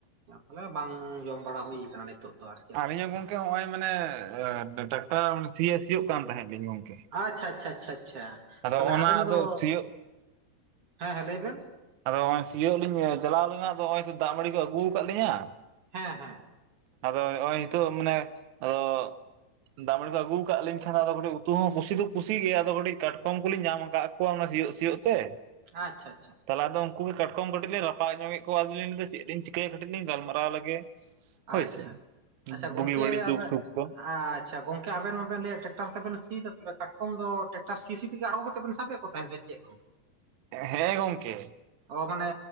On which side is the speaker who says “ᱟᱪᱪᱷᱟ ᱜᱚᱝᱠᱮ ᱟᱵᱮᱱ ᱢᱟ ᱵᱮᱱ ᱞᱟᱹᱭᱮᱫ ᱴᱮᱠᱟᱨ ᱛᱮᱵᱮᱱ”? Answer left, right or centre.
Right